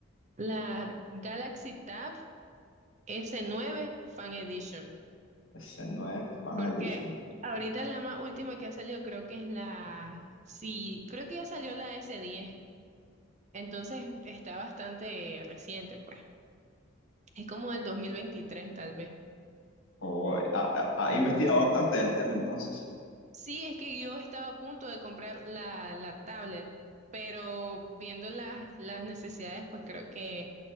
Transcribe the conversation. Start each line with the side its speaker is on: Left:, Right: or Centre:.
Right: La Galaxy Tab S9 Fan Edition.
Left: Ese no es Fan
Right: Porque
Left: Edition.
Right: ahorita la más última que ha salido creo que es la... Sí, creo que ya salió la S10. Entonces está bastante reciente, pues. Es como del 2023, tal vez.
Left: O ha, ha- ha
Right: Entonces,
Left: investigado bastante del tema, entonces.
Right: Sí, es que yo estaba a punto de comprar la, la tablet, pero viendo las, las necesidades, pues creo que